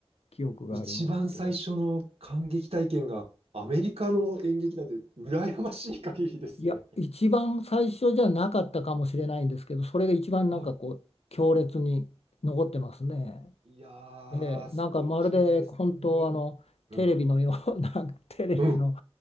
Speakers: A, on the left (about 70°); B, on the right (about 65°).
A: 記憶がありますけど、
B: 一番最初の感激体験がアメリカの演劇なんて羨ましい限りですね。
A: いや、一番最初じゃなかったかもしれないんですけど、それが一番なんかこう強烈に残ってますね。
B: はい。いや
A: ええ、
B: ー、素敵ですね。
A: なんかまるで本当あのテレビのよう
B: うん、
A: <laughs> な、んかテレビの、
B: うん、